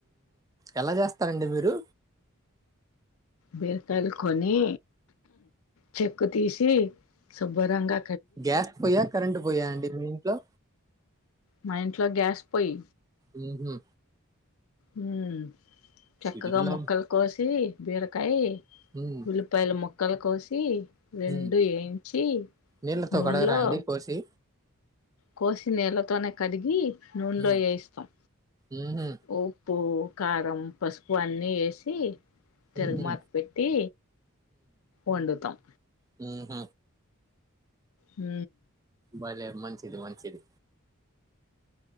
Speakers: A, on the right (about 15°); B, on the left (about 70°).
A: ఎలా చేస్తారండి మీరు
B: బీరకాయలు కొని చెక్కు తీసి శుభరంగా
A: గ్యాస్ పోయా కరెంట్ పోయా అండి మీ ఇంట్లో
B: మా ఇంట్లో గ్యాస్ పోయి
A: ఉహు
B: మ్ చక్కగా
A: ఇడ్లీలో
B: ముక్కలు కోసి బిరకాయి
A: ఉమ్
B: ఉల్లిపాయల ముొక్కల కోసి సి రెండు
A: ఉమ్
B: వేయించి
A: నీళ్ళతో
B: నూనెలో
A: కడగరా అండి కోసి
B: కోసి నీళ్లతోనే కడిగి నూనెలో
A: ఉమ్
B: వేయిస్తాం
A: ఉహు
B: ఉప్పు కారం పసుపు అన్నీ ఎసి తెలుగు
A: ఉహు
B: మాత పెట్టి వండుతాం
A: హహ
B: మ్
A: వళ మంచిది మంచిది